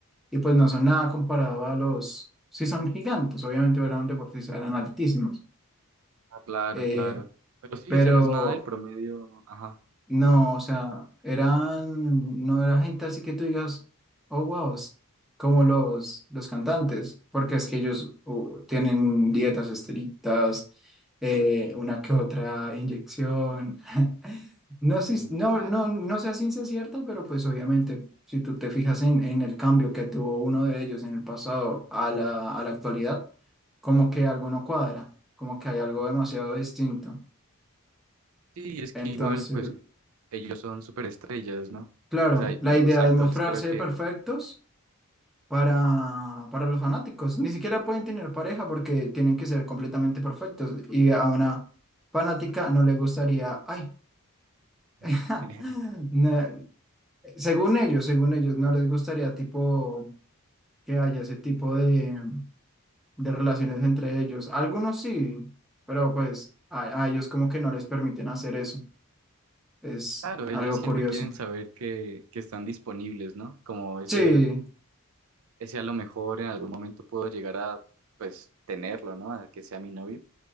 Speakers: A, in the centre; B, on the right (about 70°).
A: y pues no son nada comparado a los, sí son gigantes, obviamente eran deportistas, eran altísimos.
B: Ah, claro,
A: Eh,
B: claro. Pero sí,
A: pero
B: o sea, no es nada del promedio, ajá.
A: no, o sea, eran, no era gente así que tú digas, oh, wow, s- como los, los cantantes, porque es que ellos uh, tienen dietas estrictas, eh, una que otra inyección. No, sé-
B: Mm,
A: si, no,
B: Claro.
A: no, no sé a ciencia cierta, pero pues obviamente, si tú te fijas en, en el cambio que tuvo uno de ellos en el pasado a la, a la actualidad, como que algo no cuadra, como que hay algo demasiado distinto.
B: Sí, es que
A: Entonces...
B: igual pues ellos son superestrellas, ¿no?
A: Claro,
B: O sea,
A: la
B: los
A: idea
B: idols
A: es mostrarse
B: creo que
A: perfectos para, para los fanáticos. Ni siquiera pueden tener pareja porque tienen que ser completamente perfectos. Y a una fanática no le gustaría, ay,
B: <laughs>
A: <laughs> no, según ellos, según ellos, no les gustaría tipo que haya ese tipo de, de relaciones entre ellos. Algunos sí, pero pues a, a ellos como que no les permiten hacer eso. Es
B: Claro, ellos
A: algo
B: siempre
A: curioso.
B: quieren saber que, que están disponibles, ¿no? Como ese,
A: Sí,
B: ese a lo mejor en algún momento puedo llegar a, pues, tenerlo, ¿no? A que sea mi novio.